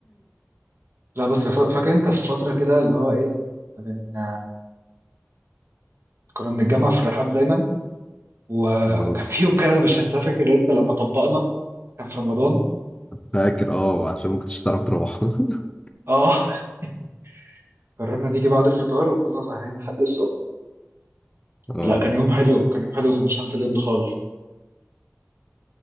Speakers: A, on the right (about 60°); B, on the left (about 20°).
A: لا بس ف- فاكر انت في فتره كده اللي هو ايه من كنا بنتجمع في الرحاب دايما و-
B: اه
A: وكان في يوم كده أنا مش هنساه فاكر انت لما طبقنا كان في رمضان
B: فاكر اه عشان ما كنتش تعرف تروح <laughs>
A: اه <laughs> قررنا نيجي بعد الفطار وفضلنا سهرين لحد الصبح
B: اه
A: لا كان يوم حلو كان يوم حلو مش هنسى اليوم ده خالص